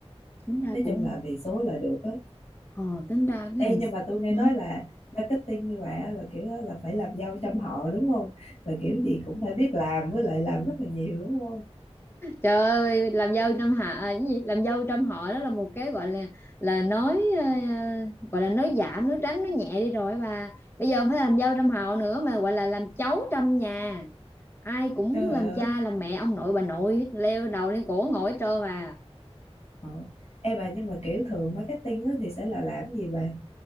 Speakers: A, on the left; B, on the left.
A: tính ra
B: nói
A: cũng
B: chung là về số là được á
A: Ồ, tính ra cái
B: Ê
A: ngành
B: nhưng mà tôi nghe
A: ừ.
B: nói là marketing như bà á, là kiểu á, là phải làm dâu trăm họ đúng không là kiểu gì cũng phải biết làm với lại làm rất là nhiều đúng không
A: Trời ơi, làm dâu trong hạ à, cái gì? Làm dâu trong họ đó là một cái gọi là là nói ờ, gọi là nói giảm, nói tránh, nói nhẹ đi rồi bà. Bây giờ không phải làm dâu trong họ nữa mà gọi là làm cháu trong nhà. Ai cũng
B: trời
A: làm
B: ơi
A: cha, làm mẹ, ông nội, bà nội leo đầu lên cổ ngồi hết trơn mà.
B: Ờ. Ê bà nhưng mà kiểu thường marketing á, thì sẽ là làm gì bà?